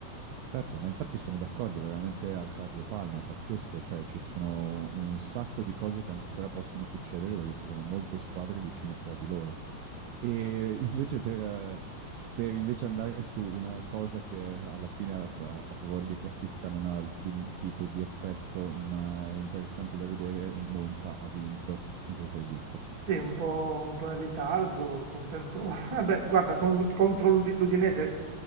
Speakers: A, on the right (about 85°); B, on the right (about 55°).
A: Certo, ma infatti sono d'accordo, veramente al cardio palma, è pazzesco, cioè ci sono un sacco di cose che ancora possono succedere perché ci sono molte squadre vicine fra di loro. E invece per, eh, per invece andare su una cosa che alla fine a, fa- a favore di classifica non ha alcun tipo di effetto, ma è interessante da vedere, il Monza ha vinto, non so se hai visto.
B: Sì, un po', un po' in ritardo, contento. <laughs> Vabbè, guarda, con l'U- contro l'Udi- l'Udinese